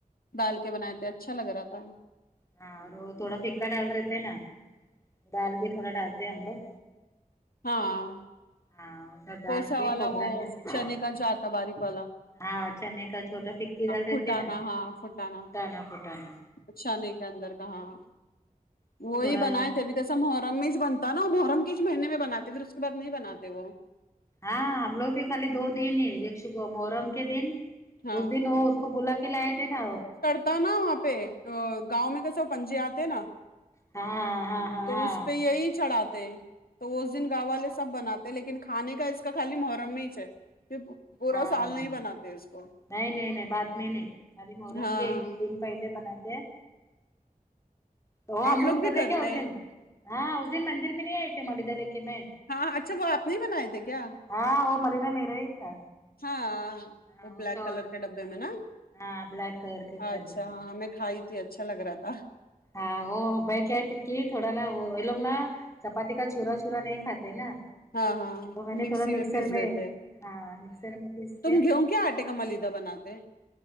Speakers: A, on the left; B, on the left.
A: ڈال کے بنائے تھے اچھا لگ رہا تھا
B: ہاں وہ تھوڑا فکا ڈال رہتے نا دال بھی تھوڑا ڈالتے ہیں ہم لوگ
A: ہاں
B: ہاں سب ڈال
A: کوسا
B: کے
A: والا
B: کھوبرا
A: وہ
B: کھس کے
A: چنے کا جو آتا باریک والا
B: ہاں چنے کا چھوٹا فکی دال رہتے
A: فوٹانا
B: نا
A: ہاں فھٹانا
B: پھٹانا پھٹانا
A: چانی کے اندر کا ہاں ہاں
B: وہ
A: وہی
B: تھوڑا
A: بنائے تھے ابھی جیسا محرم میچ بنتا ہے نا محرم ک اس مہینے میں بناتے پھر اس کے بعد نہیں بناتے وہ
B: ہاں ہم لوگ بھی خالی دو دن ہی دیکشکو محرم کے دن
A: ہاں
B: اس دن وہ اس کو بلا کے لائے تھے نا
A: ہوتا نا وہاں پہ گاؤں میں کسے پنجے آتے نا
B: ہاں ہاں ہاں
A: تو
B: ہاں
A: اس پہ یہی چڑھاتے تو اس دن گاؤں والے سب بناتے ہیں لیکن کھانے کا اس کا خالی محرم میں ہیچ ہے پورا
B: ہاں
A: سال نہیں بناتے اس کو
B: نہیں نہیں نہیں بعد میں نہیں خالی محرم
A: ہاں
B: کے ایک دو دن پہلے بناتے ہیں تو
A: آپ
B: ہم لوگ ادھر
A: بھی کرتے
B: دیکھے اس دن
A: ہیں؟
B: ہاں اس دن مندر میں نہیں آئے تھے ملیدہ لے کےمیں
A: ہاں اچھا وہ آپ نے بنائے تھے کیا
B: ہاں وہ ملیدہ میرا ہی تھا
A: ہاں
B: ہاں
A: وہ بلیک
B: چور
A: کلر کے ڈبے میں نہ
B: ہاں بلیک کلر کے
A: اچھا
B: ڈبے
A: ہاں میں کھائی تھی اچھا لگ رہا تھا
B: ہاں وہ بھ کیا تک کہ تھوڑا نہ لوگ نہ چپاتی کا چھورا چھورا نہیں کھاتے نا
A: ہاں ہاں
B: تو میں نے
A: مکسی
B: تھوڑا
A: میں
B: مکسر
A: پیس دیتے
B: ہاں مکسر میں پیس
A: تم گہوں کے آٹے کا ملیدہ بناتے